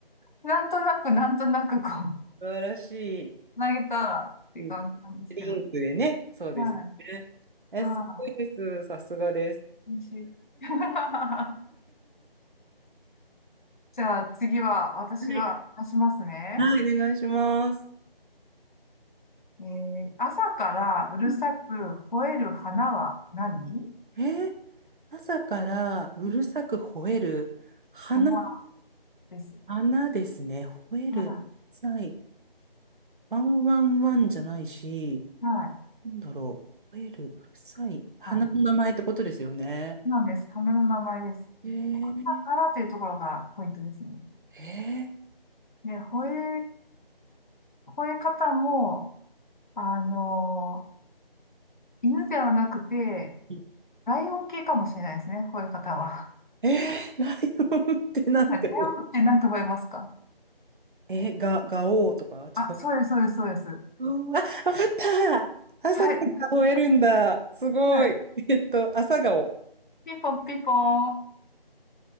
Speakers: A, on the left; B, on the right.
A: なんとなく、なんとなく、こう、
B: 素晴らしい。
A: 投げたらって感じなんですけど。
B: うん、リンクでね。そうですよね。
A: はい。
B: え、
A: は
B: すごいです。さすがです。
A: い。美味しい。<laughs> じゃあ次は私が出しますね。
B: はいはい、お願いします。
A: えー朝からうるさく
B: うん
A: 吠える花は何
B: えー朝からうるさく吠える。
A: うん
B: 花、
A: 花です。
B: 花ですね。吠える。
A: は
B: うるさい。ワンワンワンじゃないし、
A: い。はい。
B: なんだろう。吠える。うるさい。花の名前ってことですよね。
A: はい。なんです。花の名前です。
B: えー、
A: 朝からというところがポイントですね。
B: え
A: で、吠える、吠え方も、あのー犬ではなくて、
B: ー、
A: ライオン系かもしれないですね、吠え方は。
B: えー、ライオンってなんて、
A: はい。ライオンって何て吠えますか
B: えー、が、ガオーとか違う。
A: あ、そうです、そうです、そうです。
B: うーあ、わわかった朝から吠えるんだ。
A: はい。
B: すごい。
A: はい。
B: えっと、朝顔。
A: ピンポンピンポン。